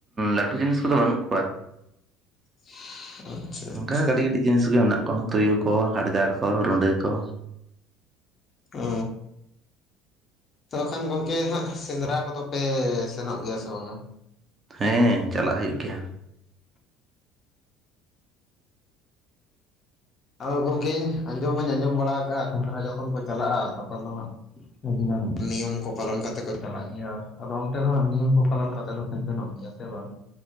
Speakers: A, on the right (about 30°); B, on the left (about 35°).
A: ᱞᱟᱹᱴᱩ ᱡᱤᱱᱤᱥ ᱠᱚᱫᱚ ᱵᱟᱹᱱᱩᱜ ᱠᱚᱣᱟ ᱾
B: <inaudible>
A: ᱚᱱᱠᱟ
B: ᱟᱪᱪᱷᱟ
A: ᱠᱟᱹᱴᱤᱡ ᱠᱟᱹᱴᱤᱡ ᱡᱤᱱᱤᱥ ᱜᱮ ᱢᱮᱱᱟᱜ ᱠᱚᱣᱟ ᱛᱩᱭᱩ ᱠᱚ ᱦᱟᱰᱜᱟᱨ ᱠᱚ ᱨᱩᱸᱰᱟᱹ ᱠᱚ
B: ᱚ ᱟᱫᱚ ᱠᱷᱟᱱ ᱜᱚᱝᱠᱮ ᱦᱟᱸᱜ ᱥᱮᱸᱫᱽᱨᱟ ᱠᱚᱫᱚ ᱯᱮ ᱥᱮᱱᱚᱜ ᱜᱮᱭᱟ ᱥᱮ ᱵᱟᱝᱼᱟ?
A: ᱦᱮᱸ ᱪᱟᱞᱟᱜ ᱦᱩᱭᱩᱜ ᱜᱮᱭᱟ᱾
B: ᱟᱫᱚ ᱜᱚᱢᱠᱮ ᱟᱸᱡᱚᱢᱟᱹᱧ ᱟᱸᱡᱚᱢ ᱵᱟᱲᱟ ᱟᱠᱟᱜᱼᱟ ᱥᱮᱸᱫᱽᱨᱟ ᱡᱚᱠᱷᱚᱱ ᱠᱚ ᱪᱟᱞᱟᱜᱼᱟ ᱛᱚᱠᱷᱚᱱ ᱫᱚ ᱦᱟᱸᱜ ᱟᱹᱰᱤᱜᱟᱱ ᱱᱤᱭᱚᱢ ᱠᱚ ᱯᱟᱞᱚᱱ ᱠᱟᱛᱮ ᱠᱚ ᱪᱟᱞᱟᱜ ᱜᱮᱭᱟ ᱟᱫᱚ ᱚᱱᱛᱮ ᱫᱚᱦᱟᱸᱜ ᱱᱤᱭᱚᱢ ᱠᱚ ᱯᱟᱞᱚᱱ ᱠᱟᱛᱮ ᱫᱚ ᱥᱮ ᱥᱮᱱᱚᱜ ᱜᱮᱭᱟ ᱥᱮ ᱵᱟᱝ?